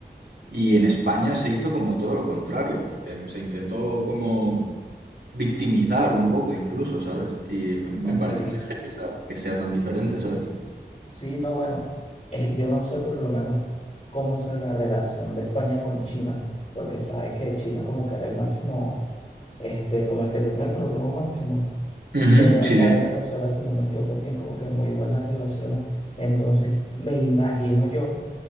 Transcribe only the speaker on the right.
Y en España se hizo como todo lo contrario. Em, se intentó como victimizar un poco incluso, ¿sabes? Y me
parece <laughs> muy heavy esa- que sea tan diferente, ¿sabes?
Ujú,
sí,
sí.